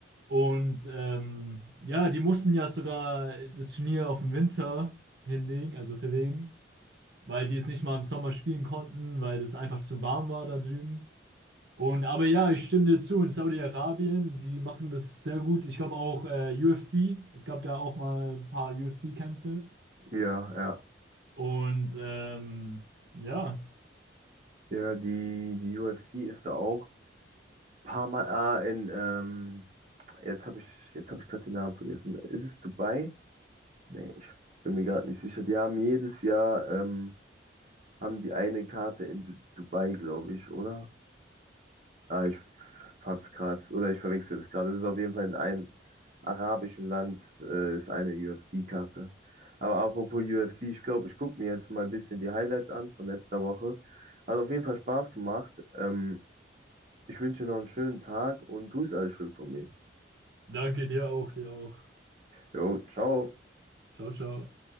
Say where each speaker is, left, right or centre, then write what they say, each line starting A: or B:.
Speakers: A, on the right (about 60°); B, on the right (about 40°).
A: Und ähm, ja, die mussten ja sogar das Turnier auf den Winter hinlegen, also verlegen, weil die es nicht mal im Sommer spielen konnten, weil es einfach zu warm war da drüben. Und aber ja, ich stimme dir zu, in Saudi-Arabien, die machen das sehr gut. Ich glaube auch äh, UFC, es gab da auch mal ein paar UFC-Kämpfe.
B: Ja, ja.
A: Und ähm, ja,
B: Ja, die, die UFC ist da auch ein paar Mal äh, in, ähm, jetzt habe ich, jetzt habe ich gerade den Namen vergessen. Ist es Dubai? Nee, ich bin mir gerade nicht sicher. Die haben jedes Jahr, ähm, haben die eine Karte in Du- Dubai, glaube ich, oder? Ah, ich hab's gerade, oder ich verwechsel das gerade. Es ist auf jeden Fall in einem arabischen Land, äh, ist eine UFC-Karte. Aber apropos UFC, ich glaube, ich gucke mir jetzt mal ein bisschen die Highlights an von letzter Woche. Hat auf jeden Fall Spaß gemacht. Ähm, ich wünsche dir noch einen schönen Tag und grüß alle schön von mir.
A: danke dir auch, dir auch.
B: Jo, ciao.
A: Ciao, ciao.